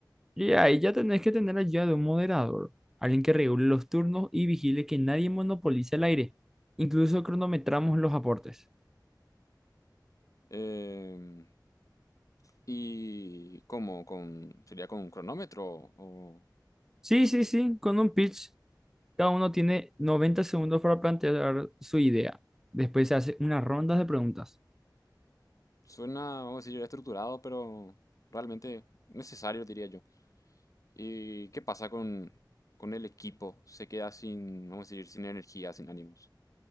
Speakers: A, in the centre; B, on the left.
A: Y ahí ya tenés que tener ayuda de un moderador, alguien que regule los turnos y vigile que nadie monopolice el aire. Incluso cronometramos los aportes.
B: Em, ¿y cómo? Con, ¿sería con un cronómetro? O,
A: Sí, sí, sí, con un pitch, cada uno tiene 90 segundos para plantear su idea. Después se hace unas rondas de preguntas
B: suena, vamos a decir, estructurado, pero realmente necesario, diría yo. ¿Y qué pasa con, con el equipo? Se queda sin, vamos a decir, sin energía, sin ánimos.